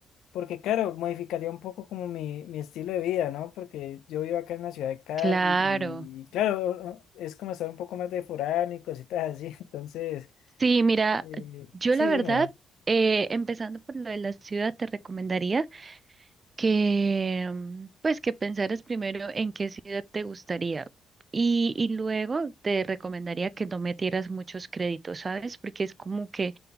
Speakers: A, on the left; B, on the right.
A: porque claro, modificaría un poco como mi, mi estilo de vida, ¿no? Porque yo vivo acá en la ciudad de Cali
B: Claro.
A: y, y claro, es como estar un poco más de foráneo y cositas así. <laughs> Entonces,
B: Sí, mira,
A: eh,
B: yo
A: sí,
B: la verdad,
A: dime.
B: eh, empezando por lo de la ciudad, te recomendaría que, mm, pues, que pensaras primero en qué ciudad te gustaría y, y luego te recomendaría que no metieras muchos créditos, ¿sabes? Porque es como que,